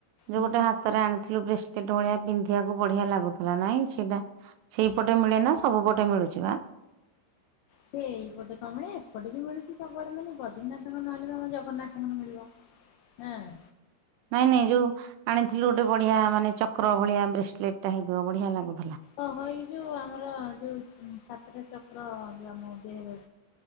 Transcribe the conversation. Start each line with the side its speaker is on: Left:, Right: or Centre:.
Right: ଯୋଉ
Left: ହୁଁ
Right: ଗୋଟେ ହାତରେ ଆଣିଥିଲୁ ବ୍ରେସ୍ ଲେଟ୍ ଭଳିଆ ପିନ୍ଧିବାକୁ ବଢିଆ ଲାଗୁଥିଲା ନାଇଁ। ସେଇଟା ସେଇପଟେ ମିଳେ ନା ସବୁ ପଟେ ମିଳୁଛି ବା?
Left: ସେଇପଟେ କଣ ମିଳେ ଏପଟେ ବି ମିଳୁଛି ସବୁଆଡେ ମାନେ ବଦ୍ରନାଥଙ୍କ ନହେଲେବି ଆମ ଜଗନ୍ନାଥଙ୍କର ମିଳିବ। ହେଁ।
Right: ନାଇଁ ନାଇଁ ଯୋଉ ଆଣିଥିଲୁ ଗୋଟେ ବଢିଆ ମାନେ ଚକ୍ର ଭଳିଆ ବ୍ରେସଲେଟ ଟା ହେଇଥିବ ବଢିଆ ଲାଗୁ
Left: ଓ ହୋ ଏଇ ଯୋଉ ଆମର ଯୋଉ ସାତଟା ଚକ୍ର ଯୋଉ ଆମ ଦେହେରେ।